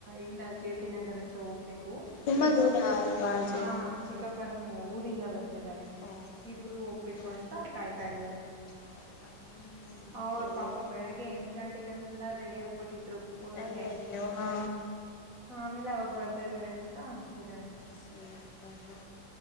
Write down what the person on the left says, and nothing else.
ತುಂಬ
ದೂರ
ಅಲ್ವಾ ಜೆ
ಪಿ ನಗರ
ಓ
ಹ್ಞೂ
ಹೌದಾ ಹ್ಞೂ
ಹೇಳಿ
ನ ಆ ಹಾ
ಸಮಧ